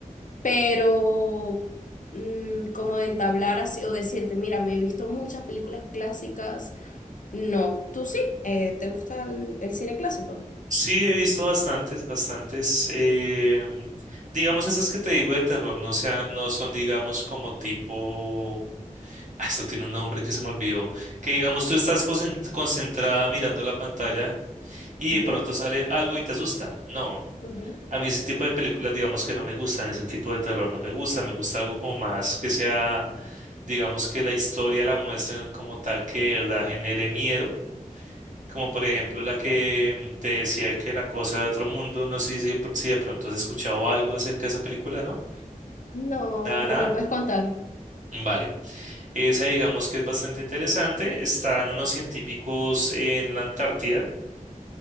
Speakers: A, on the left; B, on the right.
A: pero mm, como de entablar así o decirte, mira, me he visto muchas películas clásicas. No, tú sí, eh, ¿te gusta el, el cine clásico?
B: Sí, he visto bastantes, bastantes. em, digamos, esas que te digo de terror no sea, no son, digamos, como tipo. Ah, Esto tiene un nombre que se me olvidó. Que digamos, tú estás concent- concentrada mirando la pantalla y
A: Ujú,
B: de pronto sale algo y te asusta. No.
A: ujú.
B: A mí ese tipo de películas, digamos que no me gustan, ese tipo de terror no me gusta, me gusta algo como más que sea, digamos que la historia la muestren como tal que de verdad genere miedo como por ejemplo la que mm, te decía que la cosa de otro mundo, no sé si, de pr- si de pronto has escuchado algo acerca de esa película, ¿no?
A: No,
B: Nada,
A: pero
B: nada.
A: me puedes contar.
B: Mm, Vale. Esa digamos que es bastante interesante. Están unos científicos en la Antártida